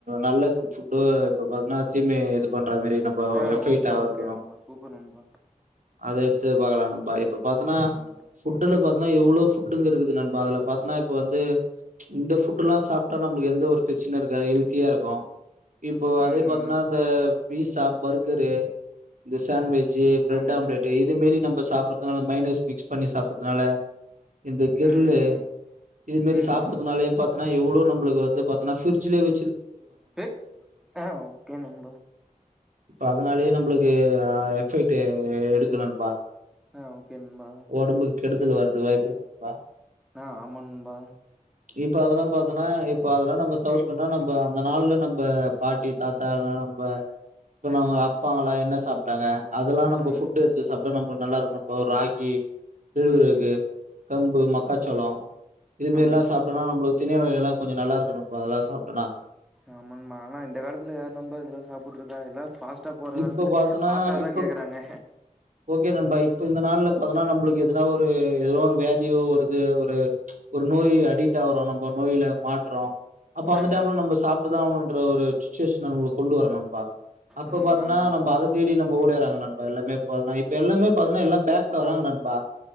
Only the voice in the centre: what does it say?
ஆ
ஓகே
ஓகே
நண்பா சூப்பர் நண்பா
ஓகே நண்பா
ம்
ம்
ம்
ஆமா
ப்ரோ
ம்
ம்
ஏக் ஆ ஓகே நண்பா
ஆஹ் ஓகே நண்பா
ஆஹ் ஆமா நண்பா
ம்
ம்
ஆமா
நண்பா
ஆமண்பா ஆனா இந்த காலத்துல யாரு நண்பா இதுலா சாப்புட்ருக்கா எல்லா ஃபாஸ்ட் ட்டா போற காலத்துல
பாஸ்ட்டா தா
கேக்றாங்க
ம்
ம் ம்
ஆமா நண்பா